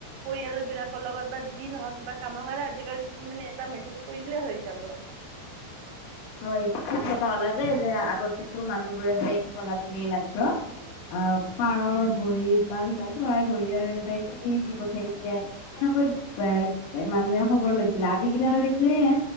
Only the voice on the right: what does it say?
পৰিয়াল বিলাকৰ লগত বা যি নহওক কিবা কামৰ কাৰণে আজিকালি তুমি মানে এটা মেছেজ কৰিলে হৈ যাব